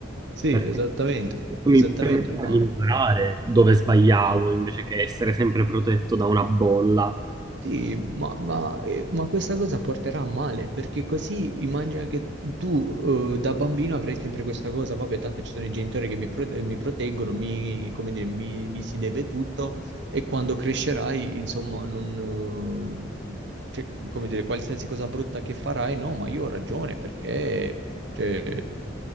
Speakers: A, on the right; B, on the right.
A: sì,
B: perché
A: esattamente,
B: questo
A: esattamente,
B: mi permetteva
A: ma...
B: di imparare dove sbagliavo invece che essere sempre protetto da una bolla
A: Sì, ma, ma- eh, ma questa cosa porterà a male, perché così immagina che tu eh, da bambino avrai sempre questa cosa, vabbè, tanto ci sono i genitori che mi, pro- eh, mi proteggono, mi, come dire, mi, mi si deve tutto e quando crescerai, insomma, non, eh, cioè, come dire, qualsiasi cosa brutta che farai, no, ma io ho ragione perché, cioè,